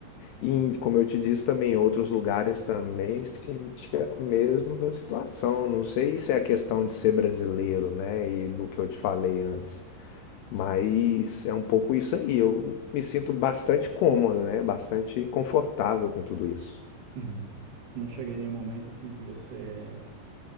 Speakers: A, on the left (about 85°); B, on the right (about 65°).
A: E, como eu te disse também, em outros lugares também senti a mesma situação. Não sei se é a questão de ser brasileiro, né, e do que eu te falei antes. Mas é um pouco isso aí. Eu me sinto bastante cômodo, né? Bastante confortável com tudo isso.
B: Uhum. Não chega em nenhum momento assim que você